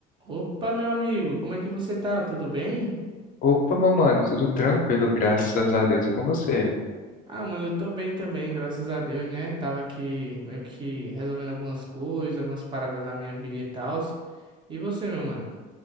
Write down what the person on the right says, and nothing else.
Opa, meu amigo, como é que você tá? Tudo bem?
Ah, mano, eu tô bem também, graças a Deus, né? Tava aqui meio que resolvendo algumas coisas, algumas paradas na minha vida e tal. E você, meu mano?